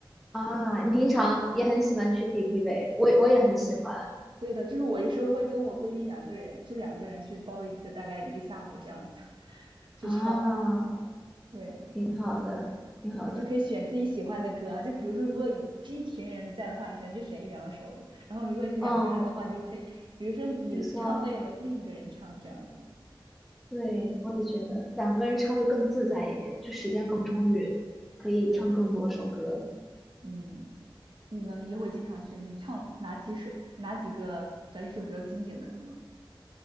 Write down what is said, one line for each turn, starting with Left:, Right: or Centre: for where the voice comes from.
Centre: 啊，你平常也很喜欢去 KTV，我我也很喜欢
Right: 对的，就是我有时候会跟我闺蜜两个人，就两个人去包一个大概一个下午这样子，<laughs> 去唱。
Centre: 啊，
Right: 对。
Centre: 挺好的，挺好的。
Right: 你就可以选自己喜欢的歌啊，就比如说，如果你是一群人的在的话，你可能就选一两首；然后如果是两个人的话，
Centre: 哦，
Right: 你就可以，比如说你唱累了，
Centre: 没错，
Right: 另一个人唱这样子。
Centre: 对，我也觉得两个人唱会更自在一点，就时间更充裕，可以唱更多首歌。
Right: 对的，嗯，你呢？你也会经常去，你唱哪几首、哪几个找几首比较经典的歌呢